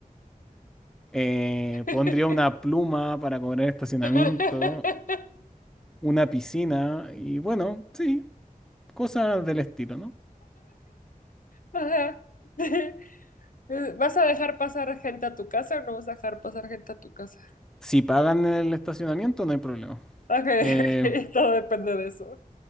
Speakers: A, in the centre; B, on the left.
A: eh,
B: <laughs>
A: pondría una pluma para cobrar estacionamiento,
B: <laughs>
A: una piscina y bueno, sí, cosas del estilo, ¿no?
B: Ajá. <laughs> ¿Vas a dejar pasar gente a tu casa o no vas a dejar pasar gente a tu casa?
A: Si pagan el estacionamiento, no hay problema.
B: Ok,
A: Eh,
B: <laughs> ok, todo depende de eso.